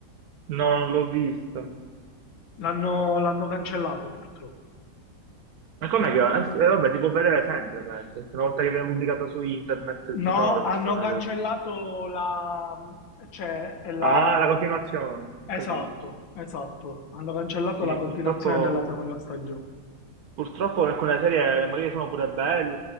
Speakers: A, on the right (about 60°); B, on the left (about 85°).
A: No, non l'ho visto.
B: L'hanno l'hanno cancellata purtroppo.
A: Ma com'è che... eh, vabbè, si può vedere sempre, penso. perché Una volta che viene pubblicata su internet
B: No,
A: ci sono le
B: hanno
A: persone
B: cancellato la... cioè la...
A: Ah, la continuazione, ho
B: Esatto,
A: capito.
B: esatto. Hanno cancellato
A: Sì,
B: la continuazione
A: purtroppo,
B: della seconda stagione.
A: purtroppo alcune serie magari sono pure belle,